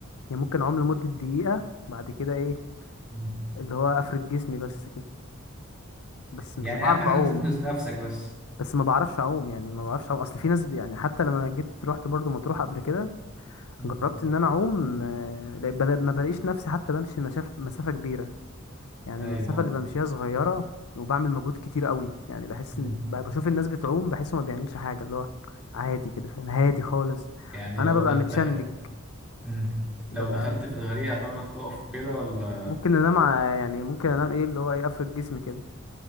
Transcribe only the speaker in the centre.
مم.
يعني
أهم حاجة
تنقذ نفسك بس
مم.
أيوة
مم.
يعني
لو
د-
دخل مم. لو
دخلت في الغريق هتعرف تقف وكده ولا